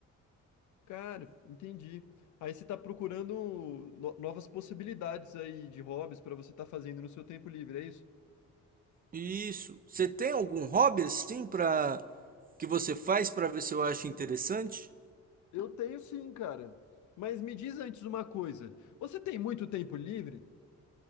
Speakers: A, on the left; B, on the right.
A: Cara, entendi. Aí você tá procurando no- novas possibilidades aí de hobbies pra você estar fazendo no seu tempo livre, é isso?
B: Isso. Você tem algum hobby assim pra que você faz pra ver se eu acho interessante?
A: Eu tenho sim, cara. Mas me diz antes uma coisa. Você tem muito tempo livre?